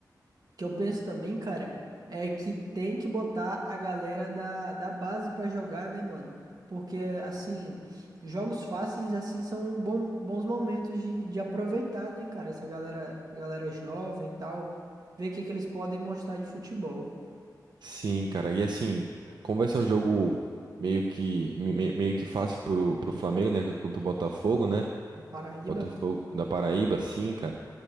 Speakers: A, on the right; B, on the right.
A: que eu penso também, cara, é que tem que botar a galera da, da base pra jogar, né, mano? Porque, assim, jogos fáceis, assim, são bom, bons momentos de, de aproveitar, né, cara? Essa galera, galera jovem e tal, ver o que, que eles podem mostrar de futebol.
B: Sim, cara. E assim, como vai ser um jogo meio que me- me- meio que fácil pro, pro Flamengo, né? Contra o Botafogo, né?
A: De Paraíba,
B: Botafogo da Paraíba, sim, cara.